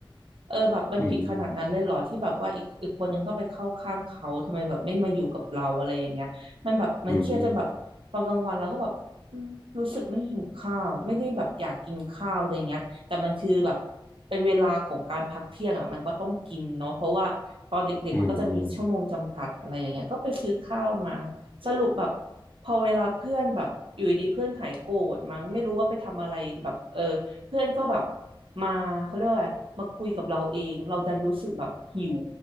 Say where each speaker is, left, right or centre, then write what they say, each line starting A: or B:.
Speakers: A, on the right; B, on the left.
A: เออแบบมันผิดขนาดนั้นเลยเหรอที่แบบว่าอีกอีกคนนึงต้องไปเข้าข้างเขาทำไมแบบไม่มาอยู่กับเราอะไรอย่างเงี้ยมันแบบมันเครียดจนแบบตอนกลางวันแล้วก็แบบอืมรู้สึกไม่หิวข้าวไม่ได้แบบอยากกินข้าวอะไรเงี้ยแต่มันคือแบบ
B: อืมอืม
A: เป็นเวลาของการพักเที่ยงอ่ะมันก็ต้องกินเนาะเพราะว่าตอนเด็กๆมันก็จะมีชั่วโมงจำกัดอะไรอย่างเงี้ยก็ไปซื้อข้าวมา
B: อืม
A: สรุปแบบพอเวลาเพื่อนแบบอยู่ดีๆเพื่อนหายโกรธมั้งไม่รู้ว่าไปทำอะไรแบบเออ เพื่อนก็แบบมาเขาเรียกว่าอะไรมาคุยกับเราเองเราดันรู้สึกแบบหิว